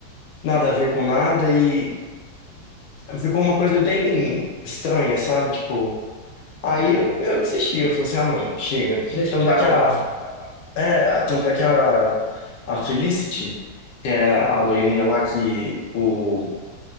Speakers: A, on the left (about 80°); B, on the left (about 65°).
A: nada a ver com nada e ficou uma coisa bem estranha, sabe? Tipo. Aí
B: Uhum.
A: eu, eu desisti, eu falei assim, ah não, chega.
B: Deixa
A: Tanto
B: para
A: é que a,
B: lá.
A: é, a- tanto é que a, a Felicity, que é a
B: Aham.
A: loirinha lá que o,